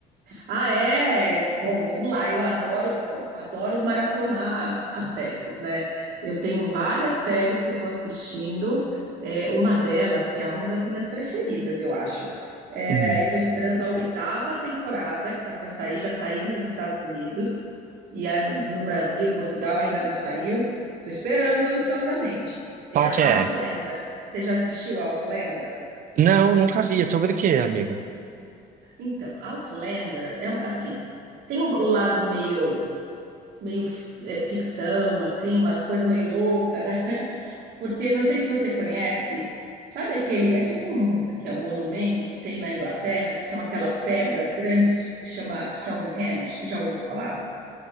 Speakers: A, on the right (about 70°); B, on the right (about 55°).
A: Ah, é? Bom, vamos lá. Eu adoro, bom, adoro maratonar as séries, né? Eu tenho várias séries que eu estou assistindo. É, uma delas, que é uma das minhas preferidas, eu acho. É,
B: Uhum.
A: eu estou esperando a oitava temporada que está para sair, já saiu nos Estados Unidos, e é no, no Brasil, Portugal ainda não saiu. Estou esperando ansiosamente. É
B: Qual
A: a
B: que é?
A: Outlander. Você já assistiu Outlander?
B: Não, nunca vi. É Sobre o quê, amiga?
A: Então, Outlander é assim, tem o o lado meio meio é, ficção, assim, umas coisas meio louca, né? <laughs> Porque não sei se você conhece, sabe aquele, é tipo um, o que que é um monumento que tem na Inglaterra, que são aquelas pedras grandes que chama Stonehenge, você já ouviu falar?